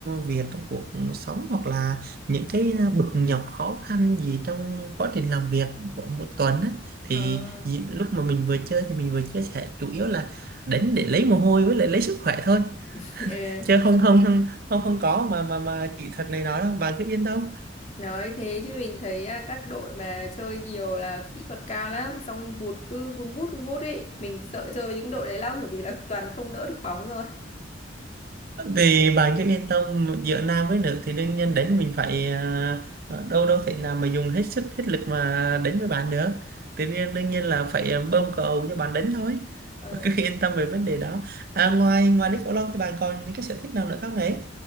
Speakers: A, on the right (about 50°); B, on the left (about 35°).
A: việc trong cuộc sống hoặc là những cái bực nhọc khó khăn gì trong quá trình làm việc của một tuần á. Thì
B: Ờ,
A: dĩ- lúc mà mình vừa chơi thì mình vừa chia sẻ chủ yếu là đến để lấy mồ hôi với lại lấy sức khỏe thôi
B: <laughs> ờ,
A: chứ không không không không không có mà mà mà kỹ thuật này nói đâu bạn cứ yên tâm
B: nói thế chứ mình thấy à, các đội mà chơi nhiều là kỹ thuật cao lắm xong vụt cứ vun vút vun vút ấy mình sợ chơi với những đội đấy lắm bởi vì là toàn không đỡ được bóng rồi
A: Vì bạn cứ yên tâm giữa nam với nữ thì đương nhiên đánh mình phải à, đâu đâu thể nào mà dùng hết sức hết lực mà đánh với bạn được tự nhiên đương nhiên là phải ờ, bơm cầu cho bạn đánh thôi <laughs>
B: Ờ.
A: bạn cứ yên tâm về vấn đề đó à, ngoài ngoài pickleball thì bạn còn những cái sở thích nào nữa không ấy